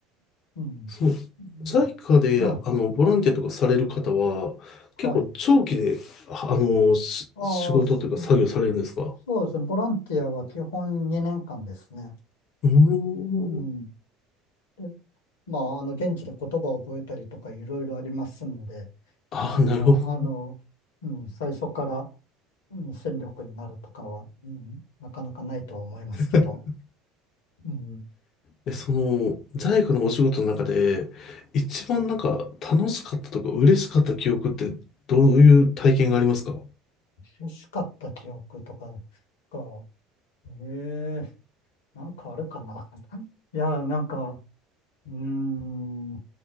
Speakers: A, on the left (about 70°); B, on the left (about 50°).
A: うん。
B: そう、
A: うんま
B: JICA で、あの、ボランティアとかされる方は、
A: あ、
B: 結構長期で、
A: はい。
B: ああの、し仕事というか作業されるんですか
A: ああ、そそうですね。ボランティアは基本2年間ですね。
B: うーん。
A: うん。で、まあ、あの、現地で言葉を覚えたりとかいろいろありますんで、
B: ああ、
A: なかなか、
B: なるほど。
A: あの、うん、最初から、うん、戦力になるとかは、うん、なかなかないとは思いますけど、
B: <laughs>
A: うん、
B: え、その、在庫のお仕事の中で、一番なんか楽しかったとか嬉しかった記憶ってどういう体験がありますか
A: 欲しかった記憶とかが、ええなんかあるかな。<laughs> いや、なんか、うーん、